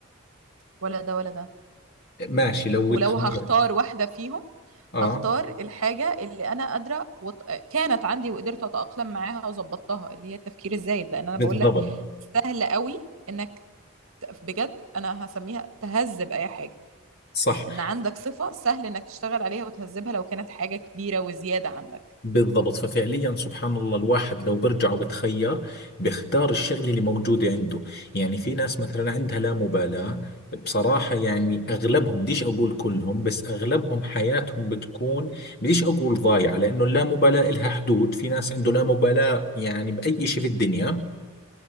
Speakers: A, on the right (about 75°); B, on the left (about 45°).
A: ولا ده ولا ده
B: ماشي لو
A: ولو
B: تخير
A: هختار واحدة فيهم
B: اه
A: هختار الحاجة اللي أنا قادرة وط... كانت عندي وقدرت أتأقلم معاها وظبطتها اللي هي التفكير الزايد لأن أنا
B: بالضبط
A: بقول لك سهل قوي إنك ت- بجد أنا هسميها تهذب أي حاجة
B: صح
A: إن عندك صفة سهل إنك تشتغل عليها وتهذبها لو كانت حاجة كبيرة وزيادة عندك
B: بالضبط ففعليا سبحان الله الواحد لو برجع وبتخير بيختار الشغلة اللي موجودة عنده يعني في ناس مثلا عندها لا مبالاة بصراحة يعني أغلبهم بديش أقول كلهم بس أغلبهم حياتهم بتكون بديش أقول ضايعة لأنه اللامبالاة إلها حدود في ناس عنده لا مبالاة يعني بأي شيء في الدنيا